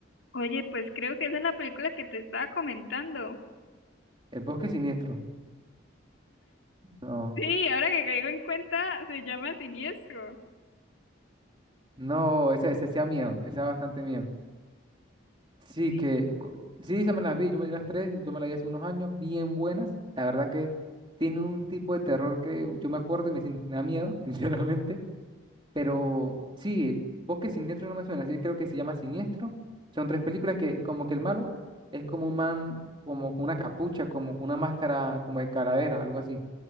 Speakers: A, on the left; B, on the right.
A: Oye, pues creo que esa es la película que te estaba comentando.
B: El bosque siniestro. No,
A: Sí, ahora que caigo en cuenta, se llama Siniestro.
B: no, esa, esa sí da miedo, esa da bastante miedo. Sí,
A: Sí,
B: que co- sí, se me las vi, yo me di las tres, yo me las vi hace unos años, bien buenas. La verdad que tienen un tipo de terror que yo me acuerdo y me, sin- me da miedo, <laughs> sinceramente. Pero sí, Bosque Siniestro no me suena, así que creo que se llama Siniestro. Son tres películas que como que el malo es como un man, como con una capucha, como con una máscara, como de calavera, algo así.